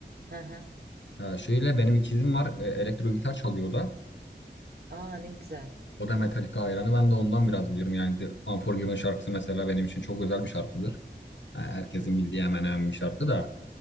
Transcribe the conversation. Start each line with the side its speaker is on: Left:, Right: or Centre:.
Right: hı hı.
Left: Ha, şöyle benim ikizim var e, elektro gitar çalıyor o da.
Right: Aa ne güzel.
Left: O da Metallica hayranı. Ben de ondan biraz biliyorum. Yani The Unforgiven şarkısı mesela benim için çok özel bir şarkıdır. Ha, Herkesin
Right: Hı.
Left: bildiği hemen hemen bir şarkı da.